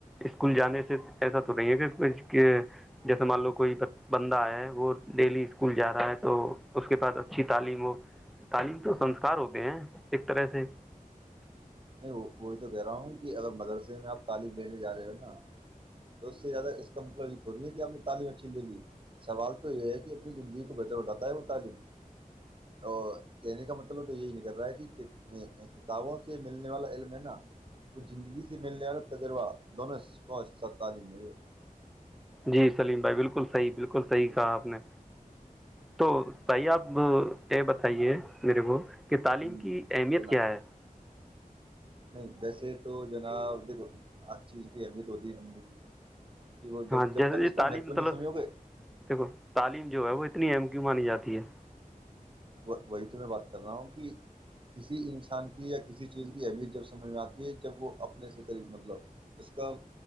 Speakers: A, in the centre; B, on the right.
A: اسکول جانے سے ایسا تو نہیں ہے پھر جیسے مان لو کوئی بندہ ہے وہ ڈیلی اسکول جا رہا ہے تو اس کے پاس اچھی تعلیم ہو تعلیم تو سنسکار ہوتے ہیں ایک طرح سے
B: نہیں وہی تو کہہ رہا ہوں کہ اگر مدرسے میں آپ تعلیم لینے جا رہے ہو نا تو اس سے زیادہ اس کا مطلب یہ تھوڑی ہے کہ آپ نے تعلیم اچھی لے لی سوال تو یہ ہے کہ اپنی زندگی کو بہتر بھاتا ہے وہ تعلیم اور کہنے کا مطلب تو یہی نہیں کر رہا ہے کہ کتابوں سے ملنے والا علم ہے نا وہ زندگی سے ملنے والا تجربہ دونوں کوصہ تعلیم ہے
A: جی سلیم بھائی بالکل صحیح بالکل صحیح کہا آپ نے تو بھائی آپ یہ بتائیے میرے کو کہ
B: یہ
A: تعلیم کی اہمیت
B: جنا
A: کیا ہے
B: نہیں ویسے تو جناب دیکھو ہر چیز کی اہمیت ہوتی ہے زندگی میں کیکہ وہ جب
A: ہاں
B: جب
A: جیسے
B: تک اس
A: یہ
B: کا
A: تعلیم
B: مہتو
A: مطلب
B: نہیں سمجھو گے
A: دیکھو تعلیم جو اتنی ایم کیو مانی جاتی ہے
B: وہی تو میں بات کر رہا ہوں کہ کسی انسان کی یا کسی چیز کی اہمیت جب سمجھ میں آتی ہے جب وہ اپنے سے قریب مطلب اس کا